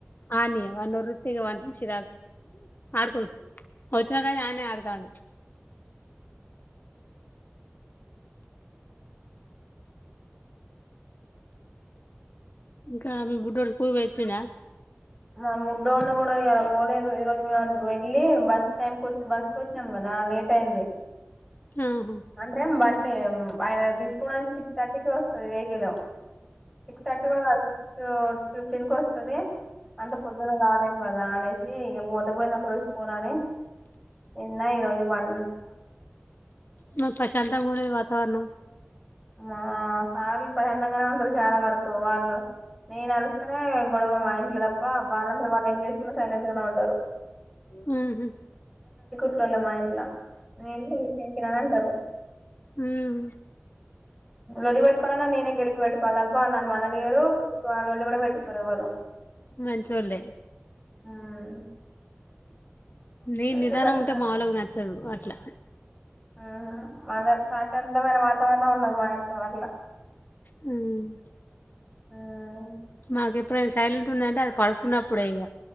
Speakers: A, on the left; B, in the centre.
A: ఆనియ వన్నూర్ వృతిగా వంద శిరాక్ ఆడుక వచ్చినక ఆని ఆడతాండి ఇంకా మి బుడొడు స్కూల్ పొయి వచ్చిండ
B: మా ముడ్డో ఉండ కూడా అలా పోలేదు ఈ రోజు మ అటుకు వెళ్ళి బస్ టైంకి వచ్చ బస్సుకు వచ్చినాం కదా లేట్ అయింది
A: ఆహా
B: అంటే మ ఎం ఆయన తీసుకోవడానికి సిక్స్ థర్టీకి వస్తుంది వెహికల్ సిక్స్ థర్టీ కూడా సిక్స్ ఫిఫ్టీన్ కు వస్తుంది అంటే పొద్దున్న రాలెం కాద అనేేసి ఇక బోతకుపోయింద పోనని నిన్న ఈరోజు వం
A: మ ప్రశాంత మర వా వర్నం
B: మా సార్లు ప్రసందంగానే ఉంటారు చాలా వరకు వాళ్ళు నేను అరుస్తేనే గొడవ మా ఇంట్లో తప్ప ఆ వాళ్ళంతా వాళ్ళు ఏం చేసుకున్నా సైలెంట్గానే ఉంటారు
A: హు హ్మ్
B: ట్లుల మ ల <unintelligible> వింటరు
A: ఉమ్
B: ఉమ్ వెట్టుకోల నేనే గెలికి వెట్టకో కాల బాగుని మదని గరు పెళ వాళ్ళ వాళ్ళు కూడా పెట్టుకుర ఎవ్వలు
A: మంచోళ్ళే
B: ఉమ్
A: నీ
B: అందుకే
A: నిదానం
B: ప్రశాంతమైన
A: ఉంటే మాలుకి నచ్చదు అట్లా
B: హు హ్మ్ మాద ప్రాశాంతమైన వాతావరణం ఉన్నది మా ఇడ్తో వల్ల
A: హ్మ్
B: హ్మ్
A: మాకు ఎప్పుడైనా సైలెంట్ ఉందంటే అది పడుకున్నప్పుడె ఇంగ